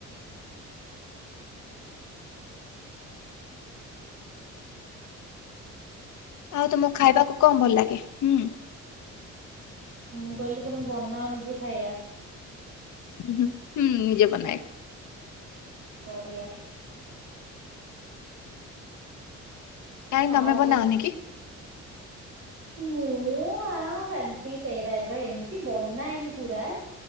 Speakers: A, on the left (about 70°); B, on the right (about 50°).
A: ଆଉ ତମକୁ ଖାଇବାକୁ କଣ ଭଲ ଲାଗେ, ହୁଁ।
B: ମୁଁ କହିଲି ତମେ ବନାଅ ନିଜେ ଖାଇବା।
A: ହୁଁ ନିଜେ ବନାଏ।
B: ପଡ଼ିିଆ।
A: କାଇଁ ତମେ
B: ଆଉ
A: ବନାଅନି
B: କଣ?
A: କି?
B: ମୁଁ ଆଉ ସେମିତି ସେଇ ଟାଇପ୍ ର ଏମିତି ବନାଏନି ପୁରା।